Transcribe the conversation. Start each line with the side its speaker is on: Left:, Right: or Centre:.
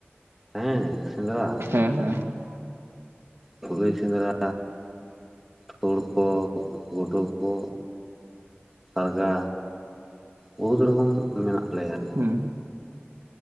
Centre: ᱦᱮᱸ ᱥᱮᱸᱫᱽᱨᱟ
Right: ᱦᱮᱸ ᱦᱮᱸ ᱦᱮᱸ
Centre: ᱠᱩᱞᱟ. ᱭ ᱥᱮᱸᱫᱽᱨᱟ ᱛᱳᱲ ᱠᱚ ᱜᱚᱰᱳ ᱠᱚ ᱥᱟᱨᱜᱟ ᱵᱚᱦᱩᱛ ᱨᱚᱠᱚᱢ ᱢᱮᱱᱟᱜ ᱞᱮᱭᱟ ᱟᱨᱠᱤ
Right: ᱦᱩᱸ